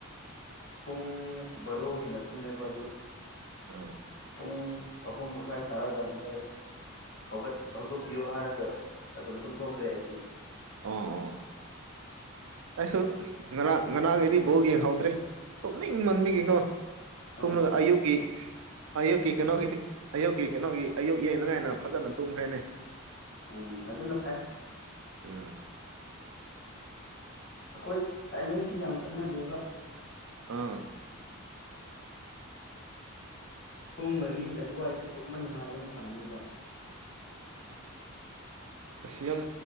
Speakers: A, on the left; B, on the right.
A: ꯄꯨꯡ ꯕꯥꯔꯣ ꯍꯦꯟꯅ ꯇꯨꯝꯂꯦꯕ ꯑꯗꯨ
B: ꯑꯥ
A: ꯄꯨꯡ ꯑꯍꯨꯝ ꯃꯈꯥꯏ ꯇꯥꯔꯀꯥꯟꯗ ꯍꯧꯒꯠ ꯍꯧꯗꯣꯛꯄꯤꯌꯣ ꯍꯥꯏꯔꯒ ꯑꯗꯨꯝ ꯇꯨꯝꯊꯣꯛꯈ꯭ꯔꯦ ꯑꯩꯗꯤ
B: ꯑꯣ ꯑꯣ ꯑꯩꯁꯨ ꯉꯔꯥꯡ ꯉꯔꯥꯡꯒꯤꯗꯤ ꯕꯣꯜ ꯌꯦꯡꯍꯧꯗ꯭ꯔꯦ ꯇꯨꯝꯅꯤꯡꯃꯟꯕꯒꯤꯀꯣ ꯇꯨꯝꯂꯒ
A: ꯎꯝ
B: ꯑꯌꯨꯛꯀꯤ ꯑꯌꯨꯛꯀꯤ ꯀꯩꯅꯣꯒꯤꯗꯤ ꯑꯌꯨꯛꯀꯤ ꯀꯩꯅꯣꯒꯤ ꯑꯌꯨꯛ ꯌꯦꯡꯅꯉꯥꯏꯅ ꯐꯖꯅ ꯇꯨꯝꯈ꯭ꯔꯦꯅꯦ
A: ꯎꯝ ꯑꯗꯨꯅ ꯐꯩ
B: ꯎꯝ
A: ꯑꯩꯈꯣꯏ ꯇꯥꯏꯃꯤꯡꯁꯤ ꯌꯥꯝ ꯆꯥꯅꯗꯦꯕ
B: ꯑꯥ
A: ꯄꯨꯡ ꯃꯔꯤ ꯑꯗꯨꯋꯥꯏꯁꯦ ꯇꯨꯝꯕ ꯅꯨꯡꯉꯥꯏꯕ ꯃꯇꯝꯅꯦꯕ
B: ꯑꯁꯤꯌꯥꯝ